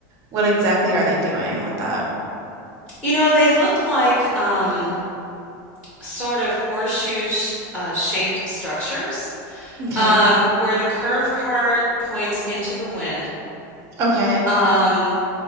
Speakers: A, on the right (about 30°); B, in the centre.
A: what exactly are they doing with that?
B: You know, they look like um, sort of horseshoe sh uh, shaped structures
A: Okay.
B: um, where the curved part points into the wind.
A: Okay.
B: Um,